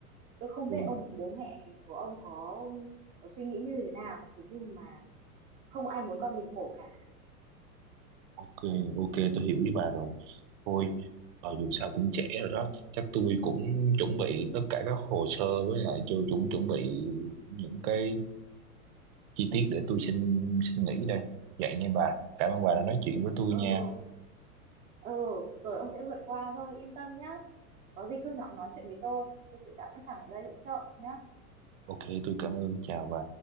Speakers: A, on the right (about 20°); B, on the right (about 50°).
A: tôi không
B: Ừ.
A: biết ông bố mẹ của ông có có suy nghĩ như thế nào thế nhưng mà không ai muốn con mình khổ cả
B: Ok, ok, tôi hiểu với bà rồi. Thôi, ờ, dù sao cũng trễ rồi đó. Chắc tôi cũng chuẩn bị tất cả các hồ sơ với lại cho chuẩn chuẩn bị những cái chi tiết để tôi xin xin nghỉ đây. Vậy nha bà. Cảm ơn bà đã nói chuyện với tôi
A: ừ
B: nha.
A: ừ rồi ông sẽ vượt qua thôi yên tâm nhá có gì cứ nhỏ nói chuyện với tôi tôi sẽ sẵn sàng ở đây hỗ trợ nhá
B: Ok, tôi cảm ơn. Chào bà.